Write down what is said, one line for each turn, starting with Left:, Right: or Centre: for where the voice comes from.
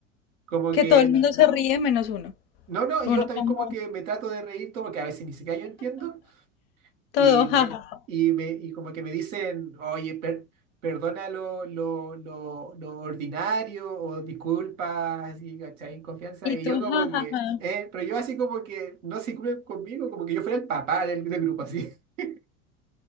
Right: como
Left: Que
Right: que,
Left: todo el mundo se ríe menos uno.
Right: no, no,
Left: Uno
Right: y yo también
Left: como
Right: como que me trato de reír todo porque a veces ni siquiera yo entiendo.
Left: todo,
Right: Y me,
Left: jaja.
Right: y me, y como que me dicen, oye, per- perdona lo, lo, lo, lo ordinario o disculpa, así, ¿cachai? En Confianza.
Left: Y
Right: Y
Left: tú,
Right: yo como
Left: jajaja.
Right: que, eh, pero yo así como que no se incluyen conmigo, como que yo fuera el papá del, del grupo, así. <laughs>